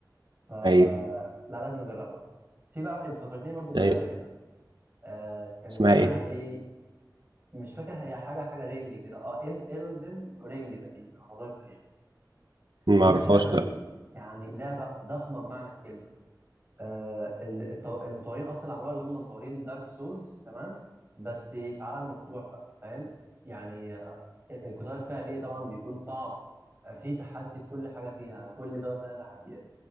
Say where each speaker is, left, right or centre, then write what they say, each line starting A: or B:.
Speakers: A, on the right (about 30°); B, on the right (about 85°).
A: ف
B: ايوه
A: لا لازم اجربها في بقى انت فكرتني برضو بلعبه
B: ايوه
A: كده آه كان
B: اسمها
A: اسمها
B: ايه
A: ايه مش فاكر هي حاجه حاجه رينج كده اه ان الدن رينج تقريبا انا متذكر يعني
B: مم،
A: بص
B: ما اعرفهاش
A: اللعبه دي
B: لا
A: يعني لعبه ضخمه بمعنى الكلمه آه ال- التو- المطورين اصلا اللي عملوها اللي هم مطورين دارك سولز تمام بس في عالم مفتوح بقى فاهم يعني آه، ال- القتال فيها ايه طبعا بيكون صعب آه، في تحدي في كل حاجه فيها كل زاويه فيها تحديات